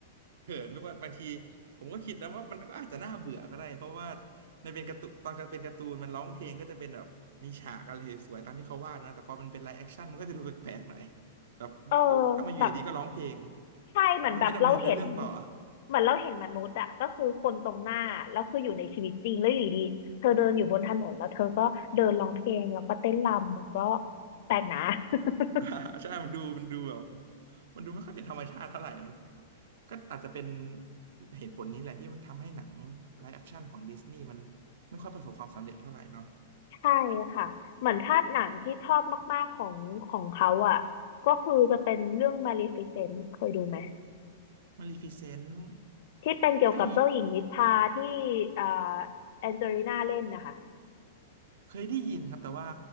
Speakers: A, on the right (about 65°); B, on the left (about 50°).
A: เขินหรือว่าบางทีผมก็คิดนะว่ามันก็อาจจะน่าเบื่อก็ได้เพราะว่าในเป็นการ์ตูนตอนการเป็นการ์ตูนมันร้องเพลงก็จะเป็นแบบมีฉากอะไรสวยๆตามที่เขาวาดนะแต่พอมันเป็นไลฟ์แอคชั่นมันก็จะดูแปลกๆหน่อยแบบเอ้าทำไมอยู่ดีๆก็ร้องเพลง
B: เออแบบใช่เหมือนแบบเราเห็น
A: ทำไมไม่ดำเนินเนื้อเรื่องต่อ
B: เหมือนเราเห็นมนุษย์อ่ะก็คือคนตรงหน้าแล้วคืออยู่ในชีวิตจริงแล้วอยู่ดีๆเธอเดินอยู่บนถนนแล้วเธอก็เดินร้องเพลงแล้วก็เต้นรำมันก็แปลกนะ <laughs>
A: อ่า <laughs> ใช่มันดูมันดูแบบมันดูไม่ค่อยเป็นธรรมชาติเท่าไหร่มันก็อาจจะเป็นเหตุผลนี้แหละที่มันทำให้หนังไลฟ์แอคชั่นของดิสนีย์มันไม่ค่อยประสบความสำเร็จเท่าไหร่เนาะ
B: ใช่ค่ะเหมือนถ้าหนังที่ชอบมากๆของของเขาอ่ะก็คือจะเป็นเรื่อง Maleficent เคยดูไหม
A: มาลีฟิเซนต์
B: ที่เป็นเกี่ยวกับเจ้าหญิงนิทราที่เอ่อแอนเจลิน่าเล่นนะคะ
A: ใช่เคยได้ยินครับแต่ว่า